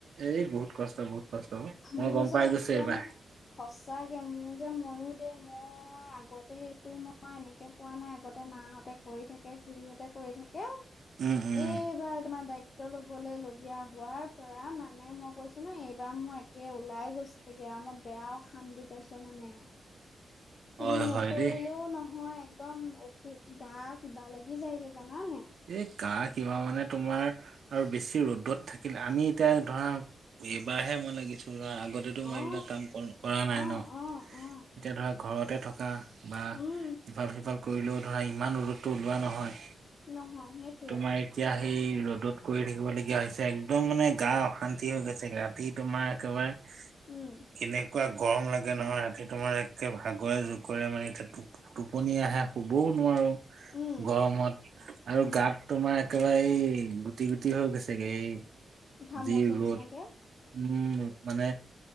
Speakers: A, on the right; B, on the left.
A: এই বহুত কষ্ট বহুত কষ্ট মই
B: মোৰ
A: গম
B: যে
A: পাই
B: একদম
A: গৈছো এইবাৰ।
B: সচাকে মোৰ যে মইো দেই মই মই আগতে এইটো মই এনেকে পোৱা নাই আগতে মাহতে কৰি থাকে ঘুুৰীহতে কৰি থাকে। কয়া
A: উম উম
B: এইবাৰ তোমাৰ দায়িত্ব লবলৈ লগীয়া হোৱাৰ পৰা মানে মই কৈছো ন এইবাৰ মোৰ। কে ওলাই গৈছেগে আৰু মই বেয়াও অশান্তি পাইছো মানে।
A: হয়
B: তুমি নকৰিলেও
A: হয় দেই
B: নহয়। নহয় একদম অসুখ গা কিবা লাগি যায়গে জানা নে।
A: এই গা কিবা মানে তোমাৰ আৰু বেছি ৰ'দত থাকিলে আমি এতিয়া ধৰা এইবাৰহে মই লাগিছো ধৰা আগতেতো মই
B: অ
A: এইবিলাক কাম কৰা নাই
B: অ
A: ন।
B: অ অ
A: এতিয়া ধৰা ঘৰতে থকা বা
B: উম
A: ইফাল সিফাল কৰিলেও ধৰা ইমান ৰ'দতটো ওলোৱা নহয়।
B: নহয়। সেইটোৱে
A: তোমাৰ এতিয়া সেই ৰ'দত কৰি থাকিব লগীয়া হৈছে এক্দম মানে গা অশান্তি হৈ গৈছে। তোমাৰ একেবাৰে
B: উম
A: কেনেকুৱা গৰম লাগে নহয় ৰাতি তোমাৰ একে ভাগৰে জুগৰে মানে এতিয়া টো - টোপনি আহে শুবওঁ নোৱাৰো
B: উম
A: গৰমত আৰু
B: উম
A: গাত তোমাৰ একেবাৰে এই গুটি গুটি হৈ গৈছেগে এই
B: ঘামুচিৰ
A: যি ৰ'দ
B: নিচিনাকে
A: উম মানে